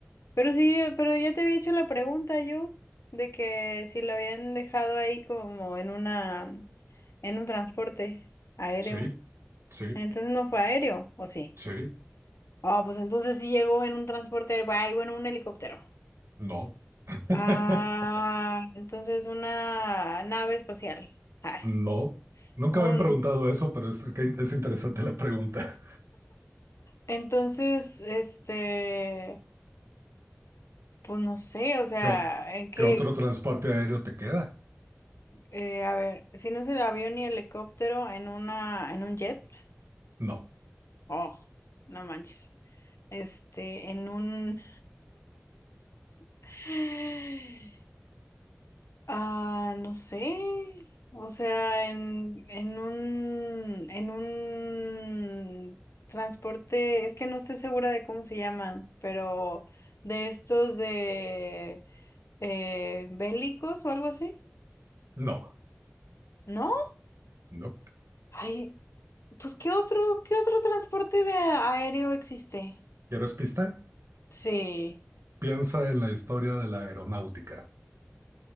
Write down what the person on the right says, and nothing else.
sí, sí,
sí,
no. <laughs>
No, nunca
me han preguntado eso, pero es, que es interesante la pregunta.
<laughs>
¿Qué, o-
qué otro transporte aéreo te queda?
No,
no,
no.
¿Quieres pista?
Piensa en la historia de la aeronáutica.